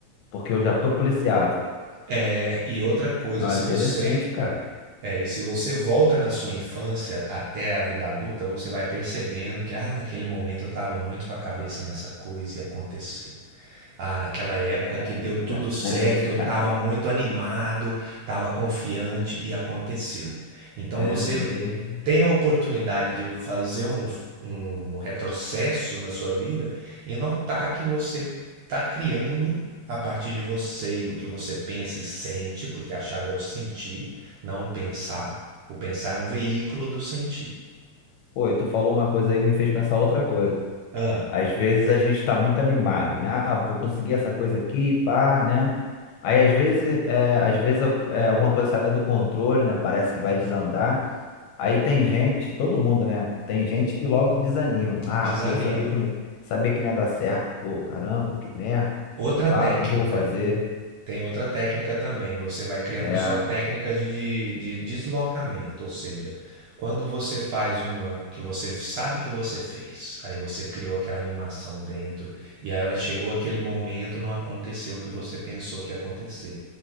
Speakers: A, on the left; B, on the right.
A: porque eu já estou policiado.
B: é e outra coisa,
A: Olha,
B: se
A: interessante,
B: você
A: cara.
B: é, e se você volta na sua infância até a vida adulta, você vai percebendo que ah, naquele momento eu estava muito com a cabeça nessa coisa e aconteceu. Ah, naquela
A: É
B: época que deu
A: verdade.
B: tudo certo, eu estava
A: <laughs>
B: muito animado, estava confiante e aconteceu. Então
A: É
B: você
A: mesmo.
B: tem a oportunidade de fazer um, um retrocesso na sua vida e notar que você está criando a partir de você e do que você pensa e sente, porque a chave é o sentir, não o pensar. O pensar é um veículo do sentir.
A: Pô, e tu falou uma coisa aí e me fez pensar outra coisa.
B: Ah,
A: Às vezes a gente está muito animado, né? Ah, vou conseguir essa coisa aqui, pá, né? Aí às vezes, é, às vezes al- é, alguma coisa sai do controle, né? Parece que vai desandar. Aí tem gente, todo mundo, né? Tem gente que logo desanima. Ah,
B: desanima.
A: pô, sabia que, não ia- sabia que não ia dar certo. Pô, caramba, que merda.
B: Outra
A: Pá,
B: técnica
A: o que que eu vou fazer?
B: Tem outra técnica também, você vai criando
A: É,
B: só técnicas de de deslocamento, ou seja, quando você faz uma que você sabe que você fez, aí você criou aquela animação dentro, e aí a hora chegou aquele momento, não aconteceu o que você pensou que ia acontecer.